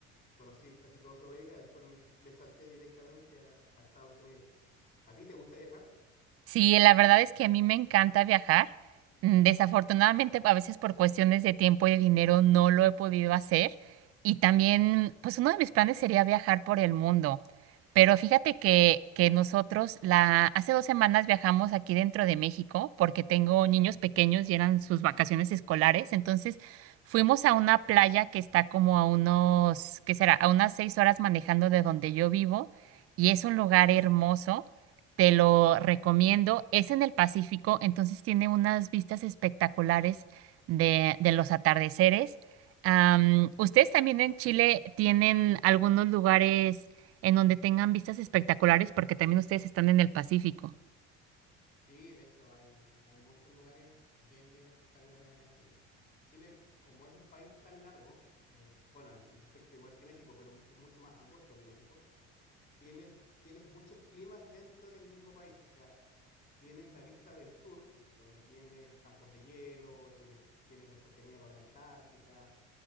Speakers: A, on the left (about 30°); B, on the right (about 50°).
A: conocí casi toda Sudamérica, después me, me salté directamente a a Estados Unidos. ¿A ti te gusta viajar?
B: Sí, la verdad es que a mí me encanta viajar. Mm, Desafortunadamente, a veces por cuestiones de tiempo y de dinero no lo he podido hacer. Y también, pues uno de mis planes sería viajar por el mundo. Pero fíjate que, que nosotros la, hace dos semanas viajamos aquí dentro de México porque tengo niños pequeños y eran sus vacaciones escolares. Entonces fuimos a una playa que está como a unos, ¿qué será? A unas seis horas manejando de donde yo vivo y es un lugar hermoso. Te lo recomiendo. Es en el Pacífico, entonces tiene unas vistas espectaculares de, de los atardeceres. Am, ¿ustedes también en Chile tienen algunos lugares? en donde tengan vistas espectaculares, porque también ustedes están en el Pacífico.
A: Sí, de hecho hay, hay muchos lugares bien, bien espectaculares acá en Chile. Chile, como es un país tan largo, eh, bueno, en ese aspecto igual que México, pero es mucho más angosto que México, tienes, tienes muchos climas dentro del mismo país, o sea, tienes la vista del sur, donde tienes campos de hielo, tienes, tienes la cercanía con la Antártica,